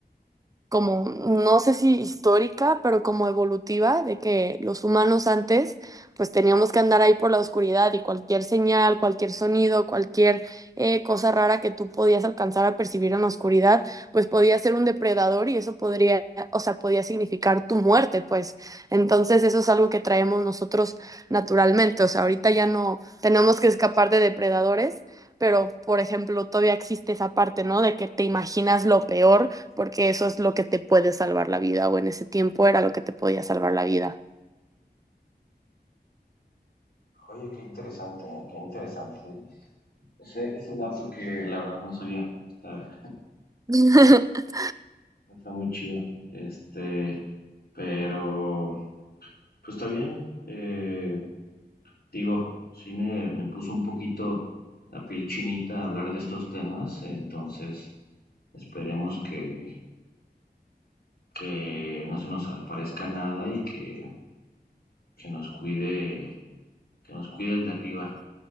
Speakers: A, on the right; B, on the left.
A: como, no sé si histórica, pero como evolutiva, de que los humanos antes, pues teníamos que andar ahí por la oscuridad y cualquier señal, cualquier sonido, cualquier eh, cosa rara que tú podías alcanzar a percibir en la oscuridad, pues podía ser un depredador y eso podría, o sea, podía significar tu muerte, pues. Entonces eso es algo que traemos nosotros naturalmente, o sea, ahorita ya no tenemos que escapar de depredadores. Pero, por ejemplo, todavía existe esa parte, ¿no? De que te imaginas lo peor porque eso es lo que te puede salvar la vida, o en ese tiempo era lo que te podía salvar la vida.
B: oye, qué interesante, ¿eh? Qué interesante. Ese, ese dato que la verdad no sabía. Está,
A: <laughs>
B: Está muy chido. Este, pero pues está bien. eh, digo, sí me, me puso un poquito la piel chinita hablar de estos temas, entonces esperemos que, que no se nos aparezca nada y que, que nos cuide, que nos cuide el de arriba.